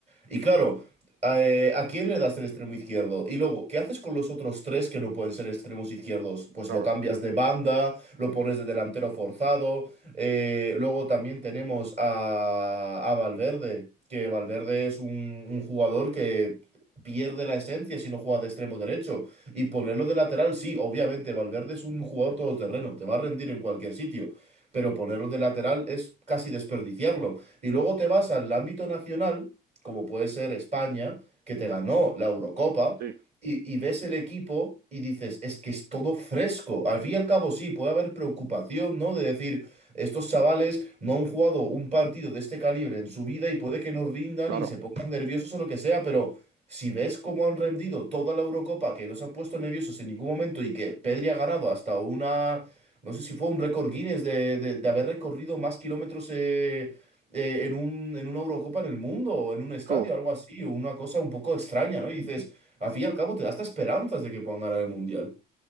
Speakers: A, on the right; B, on the right.
A: Y claro, eh, ¿a quién le das el extremo izquierdo? Y luego, ¿qué haces con los otros tres que no pueden ser extremos izquierdos? Pues
B: claro,
A: lo cambias de banda, lo pones de delantero forzado. eh, luego también tenemos a, a Valverde, que Valverde es un un jugador que pierde la esencia si no juega de extremo derecho. Y ponerlo de lateral, sí, obviamente, Valverde es un jugador todoterreno, te va a rendir en cualquier sitio, pero ponerlo de lateral es casi desperdiciarlo. Y luego te vas al ámbito nacional, como puede ser España, que te ganó la Eurocopa,
B: sí,
A: y, y ves el equipo y dices, es que es todo fresco. Al fin y al cabo, sí, puede haber preocupación, ¿no? De decir, estos chavales no han jugado un partido de este calibre en su vida y puede que no rindan
B: claro.
A: y se pongan nerviosos o lo que sea, pero... Si ves cómo han rendido toda la Eurocopa, que no se han puesto nerviosos en ningún momento y que Pedri ha ganado hasta una, no sé si fue un récord Guinness de, de- de haber recorrido más kilómetros eh, eh, en un, en una Eurocopa en el mundo o en un estadio,
B: Uf.
A: algo así, o una cosa un poco extraña, ¿no? Y dices, al fin y al cabo te da hasta esperanzas de que puedan ganar el Mundial.